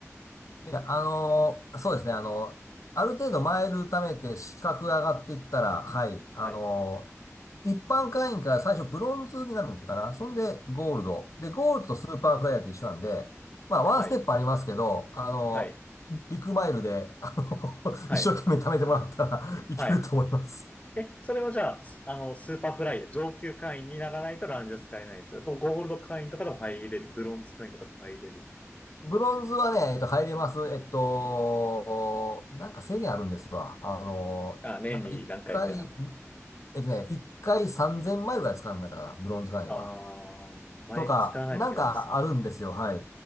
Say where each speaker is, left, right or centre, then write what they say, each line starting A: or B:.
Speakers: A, on the left; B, on the left.
A: いや、あのーそうですね、あのある程度マイル貯めて資格が上がっていったら、はい、
B: う。
A: あのー
B: はい。
A: 一般会員から最初ブロンズになるのかなそんでゴールド。で、ゴールドとスーパーフライヤーって一緒なんで、まあ、
B: はい。
A: ワンステップありますけど、あのービッグマイルで、
B: はい。
A: あの <laughs>
B: はい。
A: 一生懸命貯めてもらったらいけると思います。
B: はい。え、それはじゃあ、すあの、スーパーフライ、上級会員にならないとランジャ使えないですよ。でゴールド会員とかでも入れる。ブロンズ会員とかでも入れる。
A: ブロンズはね、えっと、入れます。えっと、なんか制限あるんですわ。あのなんか一回、
B: あ、年に何回みたいな。
A: えっとね、一回3000マイルぐらい使うんだったかな、ブロンズ会員は。
B: あー、毎日使わないといけないんですね。
A: とか、なんかあるんですよ、はい。